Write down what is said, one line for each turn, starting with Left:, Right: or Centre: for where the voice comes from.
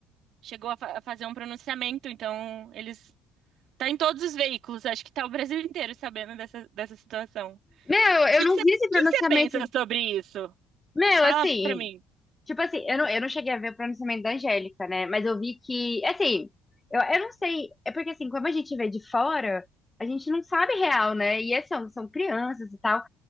Right: chegou a, fa- a fazer um pronunciamento, então eles tá em todos os veículos, acho que tá o Brasil inteiro sabendo dessa dessa situação. O
Left: Meu, eu
Right: que
Left: não
Right: que você,
Left: vi
Right: o
Left: esse pronunciamento.
Right: que que você pensa sobre isso?
Left: Meu,
Right: Fala
Left: assim,
Right: pra mim.
Left: tipo assim, eu não, eu não cheguei a ver o pronunciamento da Angélica, né? Mas eu vi que, assim, eu, eu não sei, é porque assim, como a gente vê de fora, a gente não sabe real, né? E é, são, são crianças e tal.